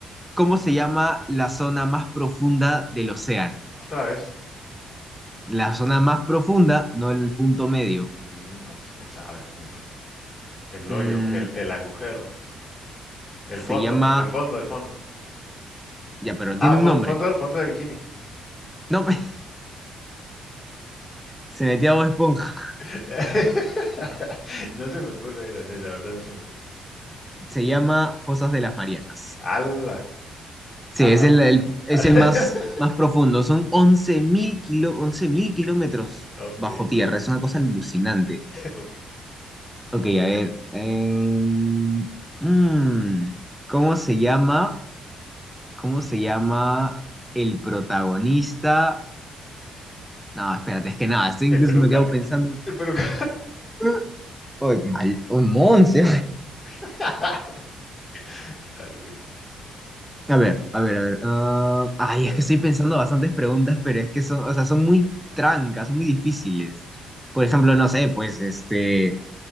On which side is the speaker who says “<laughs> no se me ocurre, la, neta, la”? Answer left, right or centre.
Left